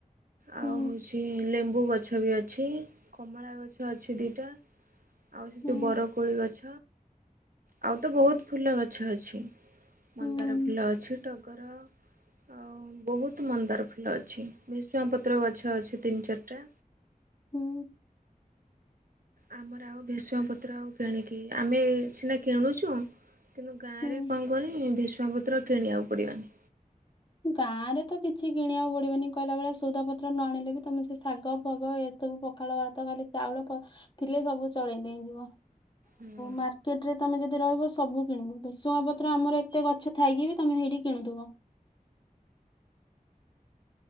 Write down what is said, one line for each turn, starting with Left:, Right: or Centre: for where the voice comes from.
Right: ଆଉ
Left: ହୁଁ
Right: ହଉଛି ଲେମ୍ବୁ ଗଛ ବି ଅଛି କମଳା ଗଛ ଅଛି ଦିଟା। ଆଉ ସେ
Left: ହୁଁ ହୁଁ
Right: ଯୋଉ ବରକୋଳି ଗଛ ଆଉ ତ ବୋହୁତ୍ ଫୁଲ ଗଛ ଅଛି। ମନ୍ଦାର
Left: ହୁଁ ହୁଁ
Right: ଫୁଲ ଅଛି ଟଗର ଆଉ ବୋହୁତ୍ ମନ୍ଦାର ଫୁଲ ଅଛି ବେଶ୍ ଷୁଙ୍ଗା ପତ୍ର ଗଛ ଅଛି ତିନି ଚାର୍ଟା
Left: ହୁଁ।
Right: ଆମର ଆଉ ଭେଷୁଆ ପତ୍ର ଆଉ କିଣିକି ଆମେ ସିନା କିଣୁଛୁ। କିନ୍ତୁ ଗାଁ
Left: ହୁଁ
Right: ରେ କଣ କୁହନି ଭେଷୁଙ୍ଗା ପତ୍ର କିଣିବାକୁ ପଡିବନି।
Left: ଗାଁ ରେ ତ କିଛି କିଣିବାକୁ ପଡିବନି କହିଲା ବଳିଆ ସଉଦା ପତ୍ର ନ ଆଣିଲେ ବି ତମେ ସେ ଶାଗ ଫଗ ସବୁ ପଖାଳ ଭାତ ଖାଲି ଚାଉଳ ଥିଲେ ସବୁ ଚଳେଇ ନେଇଯିବ
Right: ହୁଁ।
Left: ମାର୍କେଟ ରେ ତମେ ଯଦି ରହିବ ସବୁ କିଣିବ ବେସୁଙ୍ଗା ପତ୍ର ଆମର ଏତେ ଗଛ ଥାଇକି ବି ତମେ ସେଇଠି କିଣୁଥିବ।